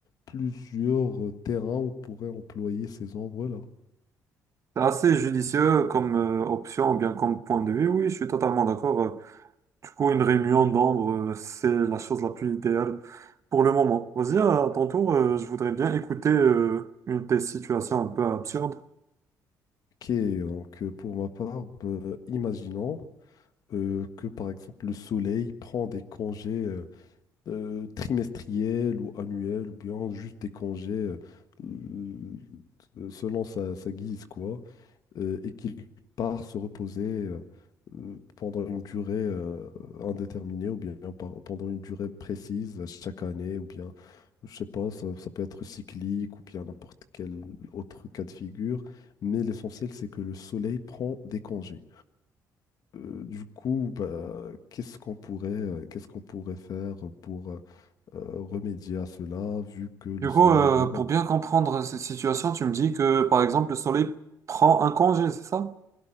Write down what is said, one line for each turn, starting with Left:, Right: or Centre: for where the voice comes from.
Left: plusieurs euh, terrains où on pourrait employer ces ombres-là.
Right: C'est assez judicieux comme euh, option ou bien comme point de vue. Oui, je suis totalement d'accord. euh, Du coup, une réunion d'ombre, euh, c'est la chose la plus idéale pour le moment. Vas-y, à ton tour, euh, je voudrais bien écouter euh, une de tes situations un peu absurdes.
Left: Ok, donc euh, pour ma part, ben, imaginons euh, que par exemple le soleil prend des congés euh, euh, trimestriels ou annuels, ou bien juste des congés euh, l- selon sa, sa guise, quoi. euh, et qu'il part se reposer euh, euh, pendant une durée euh, indéterminée ou bien par- pendant une durée précise euh, chaque année ou bien, je sais pas, ça, ça peut être cyclique ou bien n'importe quel autre cas de figure. Mais l'essentiel, c'est que le soleil prend des congés. Euh, du coup, bah, qu'est-ce qu'on pourrait, euh, qu'est-ce qu'on pourrait faire pour euh, remédier à cela vu que le
Right: Du
Left: soleil
Right: coup, euh,
Left: a vraiment...
Right: pour bien comprendre cette situation, tu me dis que, par exemple, le soleil prend un congé, c'est ça?